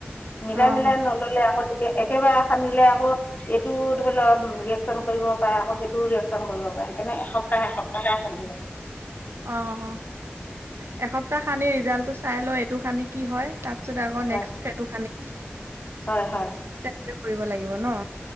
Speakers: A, on the left; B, on the right.
A: মিলাই
B: অ
A: মিলাই নল'লে আকৌ তেতিয়া একেবাৰে সানিলে আকৌ এইটো ধৰি লওক ৰিয়েকচন কৰিব পাৰে আকৌ সেইটোও ৰিয়েকচন কৰিব পাৰে। সেইকাৰণে এসপ্তাহ এসপ্তাহে সানিবা।
B: অ', অ', এসপ্তাহ সানি ৰিজাল্ট টো চাই লৈ এইটো সানি কি হয় তাৰ পিছত আকৌ
A: হয়
B: নেক্সট সেইটো সানিম।
A: হয়, হয়।
B: <unintelligible> কৰিব লাগিব ন?